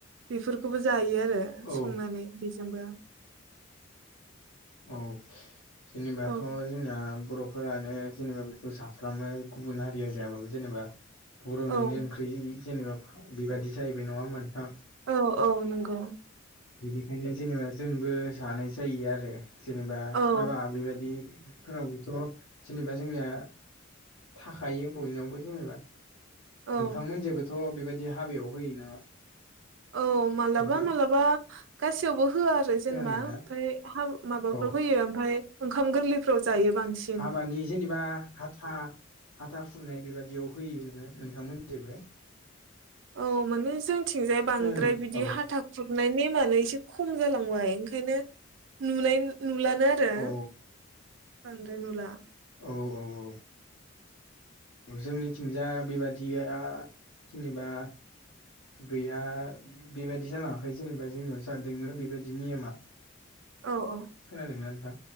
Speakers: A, on the right; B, on the left.
A: बेफोरखौबो जायो आरो
B: औ
A: संनानै बेजोंबो
B: औ जेनेबाथ'
A: औ
B: जोंना बर' फोरानो जेनेबा बेखौ जाफ्रामो गुबुन हारिया जायाबाबो जेनेबा बर'निनो
A: औ
B: ओंख्रि जेनेबा बेबायदि जाहैबाय नङा होनबा नोंथां
A: औ औ नंगौ
B: बेनिखायनो जेनेबा जोंबो जानाय जायो आरो जेनेबा
A: औ
B: हाबा बेबायदि फोरावबोथ' जेनेबा जोंनिया थाखायो बयनावबो जेनेबा
A: औ
B: नोंथांमोन जेबोथ' बेबायदि हाबायाव होयो नामा
A: औ मालाबा
B: नोंथां
A: मालाबा गासैयावबो होआ आरो जेनेबा
B: खोनादोंना
A: ओमफ्राय हा माबाफोर
B: औ
A: होयो ओमफाय ओंखाम गोरलैफ्राव जायो बांसिन
B: हाबानि जेनेबा हाथा हाथा खुरनाय बेबादियाव होयोनो नोंथांमोनथिंबो
A: औ माने जोंथिंजाय बांद्राय
B: खोनादों
A: बिदि
B: औ
A: हाथा जबनाय नेमानो एसे खम जालांबाय ओंखायनो नुनाय नुलानो आरो
B: औ
A: बांद्राय नुला
B: औ औ औ औ जोंनिथिंजाय बेबादिया जेनेबा गैया बेबायदि जालाङाखै जेनेबा जोंनियाव दोङो बेबायदि नियमा
A: औ औ
B: खोनादोंना नोंथां